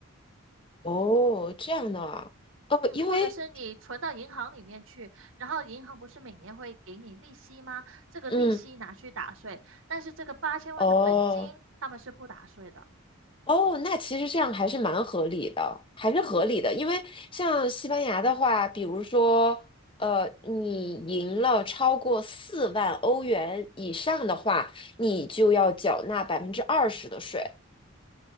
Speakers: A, on the left; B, on the right.
A: 哦，这样的啊，哦，
B: 嗯，
A: 因为，
B: 或者是你存到银行里面去，然后银行不是每年会给你利息吗？这个利息拿去打税，
A: 嗯，
B: 但是这个八千万的本金他们是不打税的。
A: 哦，哦，那其实这样还是蛮合理的，还是合理的，因为像西班牙的话，比如说，呃，你赢了超过四万欧元以上的话，你就要缴纳百分之二十的税。